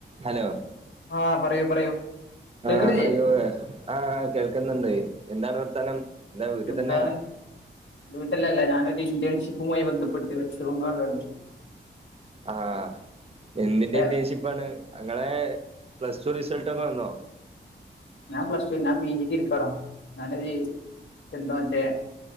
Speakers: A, on the right; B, on the left.
A: Hello
B: ആഹ് പറയൂ പറയൂ കേക്കണില്ലേ
A: ആഹ് പറയൂ ആഹ് കേൾക്കുന്നുണ്ട്. എന്താണ് വർത്താനം എന്താ വീട്ടിൽ
B: എന്താണ്
A: തന്നെയാണോ
B: വീട്ടിലല്ല ഞാനൊരു ഇന്ത്യൺഷിപ്പുമായി ബന്ധപ്പെട്ട് വെസ്റ്റ് ബംഗാളിലാ ള്ളത്
A: ആഹ് എന്തിന്റെ
B: ഏ,
A: ഇന്റേൺഷിപ്പ് ആാണ് ഇങ്ങളെ പ്ലസ് ടു റിസൾട് ഒക്കെ വന്നോ
B: ഞാൻ പ്ലസ് ടു ഞാൻ പി ജി എട്ക്കാട ഞാനൊര് എന്താ മറ്റേ